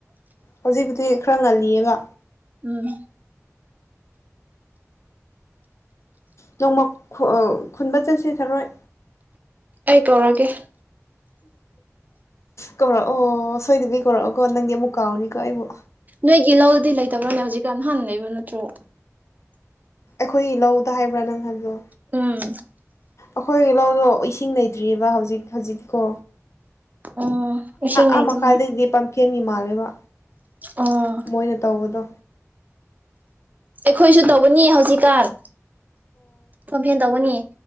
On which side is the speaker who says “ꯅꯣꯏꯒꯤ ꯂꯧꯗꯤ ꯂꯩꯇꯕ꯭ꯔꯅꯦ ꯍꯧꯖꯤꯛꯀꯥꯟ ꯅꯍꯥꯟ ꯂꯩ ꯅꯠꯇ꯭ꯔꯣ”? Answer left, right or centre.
Right